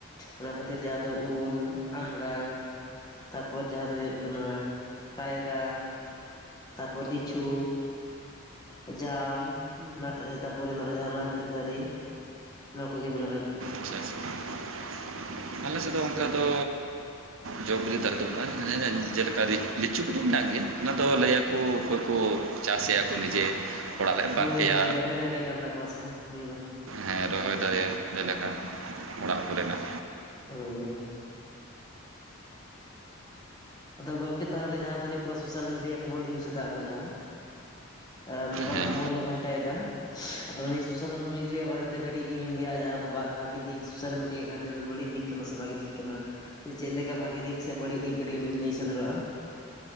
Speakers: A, on the left (about 20°); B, on the right (about 70°).
A: ᱚᱱᱟ ᱠᱷᱟᱹᱛᱤᱨ ᱡᱟᱦᱟᱸ ᱫᱚ ᱩᱞ, ᱟᱢᱲᱟ, ᱛᱟᱯᱚᱨ ᱡᱟᱦᱟᱸ ᱫᱚ ᱦᱩᱭᱩᱜ ᱠᱟᱱᱟ ᱠᱟᱭᱨᱟ, ᱛᱟᱯᱚᱨ ᱞᱤᱪᱩ, ᱡᱟᱢ, ᱛᱟᱯᱚᱨᱮ ᱱᱚᱜᱼᱚᱭ ᱡᱟᱦᱟᱸ ᱱᱟᱨᱠᱮᱞ ᱫᱟᱨᱮ, ᱱᱚᱣᱟ ᱠᱚᱜᱮ ᱢᱮᱱᱟᱜᱼᱟ ᱟᱨᱠᱤ,
B: ᱟᱪᱪᱷᱟ ᱟᱪᱪᱷᱟ ᱟᱨᱠᱤ, ᱟᱞᱮ ᱥᱮᱫ ᱫᱚ ᱚᱱᱠᱟ ᱫᱚ ᱡᱚ ᱵᱤᱞᱤ ᱫᱟᱨᱮ ᱫᱚ ᱵᱟᱹᱱᱩᱜᱼᱟ, ᱡᱮᱞᱮᱠᱟ ᱞᱤᱪᱩ ᱠᱚᱫᱚ ᱢᱮᱱᱟᱜ ᱜᱮᱭᱟ ᱚᱱᱟ ᱫᱚ ᱞᱟᱹᱭᱟᱠᱚ ᱚᱠᱚᱭ ᱠᱚ ᱪᱟᱥ ᱮᱭᱟᱠᱚ ᱱᱤᱡᱮ, ᱚᱲᱟᱜ ᱨᱮ
A: ᱦᱳᱭ,
B: ᱵᱟᱨ ᱯᱮᱭᱟ
A: ᱦᱳᱭ, ᱨᱚᱦᱚᱭ ᱫᱟᱨᱮ ᱠᱟᱱ ᱛᱟᱠᱚᱣᱟ ᱥᱮ ᱵᱟᱝ ᱱᱤᱭᱟᱹ ᱫᱚ,
B: ᱦᱮᱸ ᱨᱚᱦᱚᱭ ᱫᱟᱲᱮ ᱞᱮᱠᱟ ᱚᱲᱟᱜ ᱠᱚᱨᱮᱱᱟᱜ,
A: ᱦᱳᱭ, ᱦᱳᱭ, ᱟᱫᱚ ᱜᱚᱝᱠᱮ ᱛᱟᱦᱚᱞᱮ ᱡᱟᱦᱟᱸ ᱫᱚ ᱦᱩᱭᱩᱜ ᱠᱟᱱᱟ ᱥᱳᱥᱟᱞ ᱢᱤᱰᱤᱭᱟ ᱠᱚᱵᱚᱱ ᱤᱭᱩᱥ ᱮᱫᱟ ᱟᱵᱚ ᱡᱟᱦᱟᱸ ᱟ ᱢᱳᱵᱟᱭᱚᱞ
B: ᱦᱮᱸ
A: ᱠᱚᱵᱚᱱ ᱜᱷᱴᱟᱭ ᱫᱟ, ᱟᱫᱚ ᱩᱱᱤ ᱥᱳᱥᱟᱞ ᱢᱤᱰᱤᱭᱟ ᱵᱟᱨᱮ ᱛᱮ ᱠᱟᱹᱴᱤᱡ ᱜᱮᱵᱮᱱ ᱞᱟᱹᱭᱟ ᱡᱟᱦᱟᱸ ᱫᱚ ᱵᱟᱨ ᱵᱷᱟᱜ? ᱵᱷᱟᱜ ᱫᱤᱠ ᱥᱳᱥᱟᱞ ᱢᱤᱰᱤᱭᱟ ᱜᱷᱟᱱᱴᱟ ᱫᱚ ᱵᱟᱹᱲᱤᱡ ᱫᱤᱠ ᱠᱟᱱᱟ ᱥᱮ ᱵᱷᱟᱜᱤ ᱫᱤᱠ ᱠᱟᱱᱟ ᱥᱮ ᱪᱮᱫ ᱞᱮᱠᱟ ᱵᱷᱟᱜᱮ ᱫᱤᱠ ᱥᱮ ᱵᱟᱹᱲᱤᱡ ᱫᱤᱠ ᱴᱤᱡ ᱮᱢ ᱞᱟᱹᱭ ᱥᱚᱫᱚᱨᱚᱜᱼᱟ,